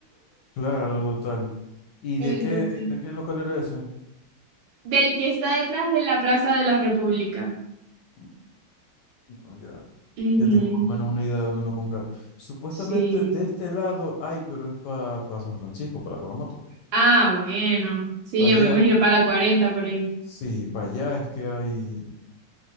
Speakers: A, on the left; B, on the right.
A: claro, total. ¿Y
B: Entonces,
A: de qué, de qué local era ese?
B: Del que está detrás de la Plaza de la República.
A: Mm, no, ya,
B: ujú,
A: ya tengo más o menos una idea de dónde no comprar. Supuestamente
B: sí.
A: de este lado hay, pero es para San Francisco, para Coromoto.
B: Ah, bueno. Sí,
A: Para
B: yo
A: allá.
B: me imagino para la 40 por ahí.
A: Sí, para allá es que hay,